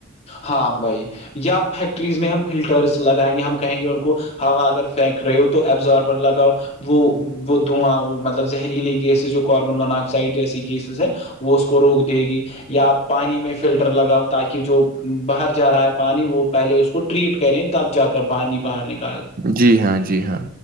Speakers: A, on the left; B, on the right.
A: ہاں بھائی یا فیکٹریز میں ہم فلٹرس لگائیں گے ہم کہیں گے ان کو ہوا اگر پھینک رہے ہو تو ابزاربر لگاؤ وہ وہ دعاں وہ مطلب زہریلی گیسز جو کاربن منا آکسائڈ جیسی گیسیز ہیں وہ اس کو روک دے گی یا پانی میں فلٹر لگاؤ تاکہ جو باہر جا رہا ہے پانی وہ پہلے اس کو ٹریٹ کریں تب جا کر پانی بہرنے کا
B: جی ہاں جی ہاں